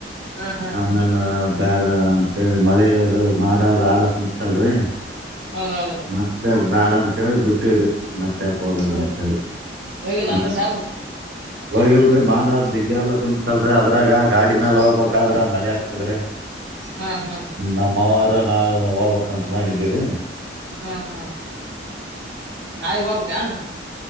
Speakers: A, on the right; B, on the right.
A: ಹಾ ಹಾ
B: ಆಮೇಲ ಬ್ಯಾಡ ಅಂತೇಳಿ ಮಳೆ ಅದು ಮಾಡದ ಹಾಲ ಕುಂತಲ್ರಿ
A: ಹೌದ್ ಹೌದ್ರಿ
B: ಮತ್ತೆ ಬ್ಯಾಡ ಅಂತ ಹೇಳಿ ಬಿಟ್ಟವ್ರಿ ಮತ್ಯಾಕ್ ಹೋಗದಂತ
A: ಹೌದ್ರಿ
B: ಹೇಳಿ
A: ಹೋಗಿಲ್ಲ
B: ಹ್ಮ
A: ಅನ್ರಿ ಸಾಬ್ರ
B: ಹೋಗಿಲ್ರರಿ ಮಾಡದ್ ಜಿಗ್ಗ್ಯಲ್ಲ ಕುಂಚಲ್ರರಿ ಅದ್ರಾಗ ಗಾಡಿ ಮ್ಯಾಲ ಹೋಗ್ಬೇಕಾದ್ರ ಮಳಿ ಆಗ್ತದ್ರಿ
A: ಹಾ ಹಾ
B: ನಮ್ಮವರು ನಾವ್ ಹೋಗ್ಬಕ್ಂತ ಮಾಡಿದ್ದೀರಿ
A: ಹ್ಮ ಹ್ಮ ನಾವ್ ಇವಾಗ್ <unintelligible> ಗನ್ರೀ